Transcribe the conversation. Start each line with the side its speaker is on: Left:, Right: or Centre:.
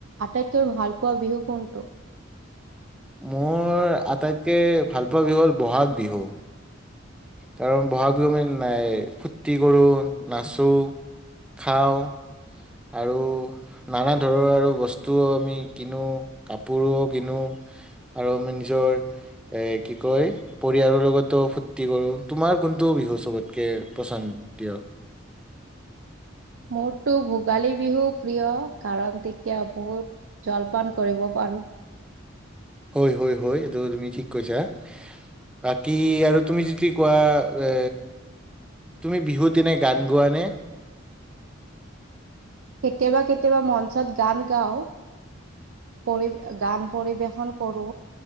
Right: আটাইতকৈ ভাল পোৱা বিহু কোনটো?
Centre: মোৰ আটাইতকে ভালপোৱা বিহু হ'ল বহাগ বিহু। কাৰণ বহাগ বিহু মানে, নাই ফূৰ্তি কৰোঁ, নাচো খাওঁ। আৰু নানা ধৰৰ আৰু বস্তুও আমি কিনো, কাপোৰও কিনো আৰু আমি নিজৰ এ কি কয় পৰিয়ালৰ লগতোও ফূুৰ্তি কৰোঁ। তোমাৰ কোনটো বিহু চবতকে পছন্দীয়?
Right: মোৰটো ভোগালী বিহু প্ৰিয় কাৰণ, তেতিয়া বহুত জলপান কৰিব পাৰো।
Centre: হয়, হয়, হয় এইটো তুমি ঠিক কৈছা বাকী আৰু তুমি যদি কোৱা এ তুমি বিহুত এনে গান গোৱানে
Right: কেতিয়াবা কেতিয়াবা মঞ্চত গান গাও পৰি গান পৰিবেশন কৰো